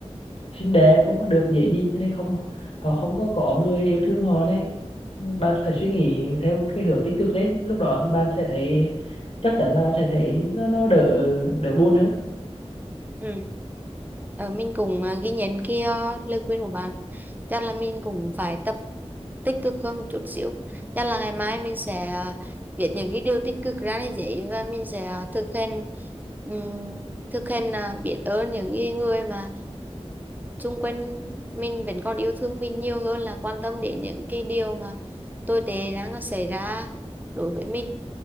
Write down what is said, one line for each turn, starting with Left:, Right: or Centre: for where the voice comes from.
Left: xinh đẹp không có được dễ nhìn cho nên không họ không có có người yêu thương họ này bạn phải suy nghĩ theo một cái hướng tích cực lên lúc đó thì bạn sẽ thấy chắc chắn là bạn sẽ thấy nó nó đỡ đỡ buồn hơn
Right: ừ. Ờ, mình cũng à, ghi nhận cái à, lời khuyên của bạn chắc là mình cũng phải tập tích cực hơn một chút xíu chắc là ngày mai mình sẽ à, viết những cái điều tích cực ra lên giấy và mình sẽ à, thực hành ừm, thực hành à, biết ơn những cái người mà xung quanh mình vẫn còn yêu thương mình nhiều hơn là quan tâm đến những cái điều mà tồi tệ đang xảy ra đối với mình